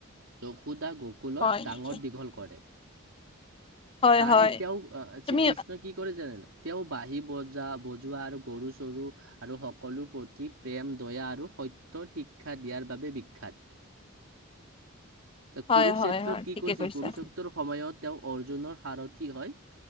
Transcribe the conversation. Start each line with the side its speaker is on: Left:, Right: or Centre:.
Right: যশোদা গকুলত
Left: হয়
Right: ডাঙৰ
Left: নেকি?
Right: দীঘল কৰে।
Left: হয়
Right: তাই
Left: হয়
Right: এতিয়াও শ্ৰী
Left: তুমি
Right: কৃষ্ণ কি কৰে জানেনে, তেওঁ বাঁহী বজা বজোৱা আৰু গৰু চৰু আৰু সকলো প্ৰতি প্ৰেম দয়া আৰু <unintelligible> সত্যৰ শিক্ষা দিয়াৰ বাবে বিখ্যাত।
Left: হয়
Right: কুৰুক্ষেত্ৰত
Left: হয় হয়
Right: কি
Left: ঠিকে
Right: কৰিছে
Left: কৈছা
Right: কুৰুক্ষেত্ৰ সময়ত তেওঁ অৰ্জুনৰ সাৰথী হৈ